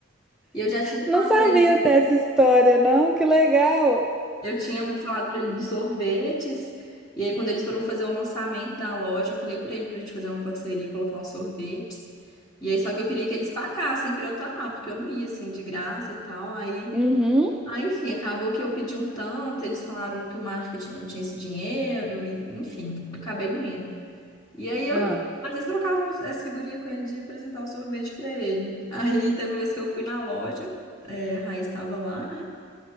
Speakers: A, on the left; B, in the centre.
A: E eu já tinha
B: Não
A: falado
B: sabia
A: para ele
B: dessa história, não? Que legal.
A: Eu tinha falado pra ele dos sorvetes, e aí quando eles foram fazer o lançamento da loja, eu falei pra ele pra gente fazer uma parceria e colocar os sorvetes. E aí só que eu queria que eles pagassem pra eu estar lá, porque eu não ia assim de graça e tal. Aí,
B: Uhum.
A: aí, enfim, acabou que eu pedi um tanto, eles falaram que o marketing não tinha esse dinheiro e, enfim, eu acabei não indo. E aí eu
B: Ah,
A: às vezes trocava umas- essa figurinha com ele de apresentar o sorvete pra ele. Aí teve uma vez que eu fui na loja, é, a Raiz estava lá, né?